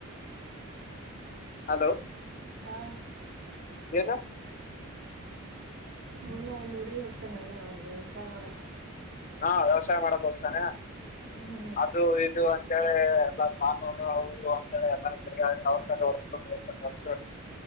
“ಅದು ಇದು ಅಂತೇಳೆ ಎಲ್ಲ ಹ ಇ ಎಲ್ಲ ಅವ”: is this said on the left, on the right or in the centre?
Left